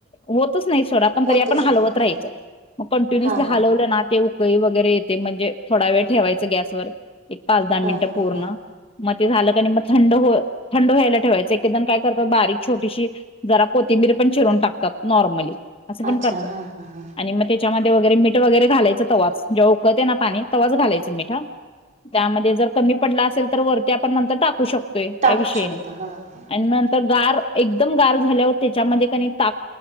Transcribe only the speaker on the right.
होतच
नाही
हा हा
हा हा हा
हा
अच्छा
हा हा हा
टाकू
शकतो
हा हा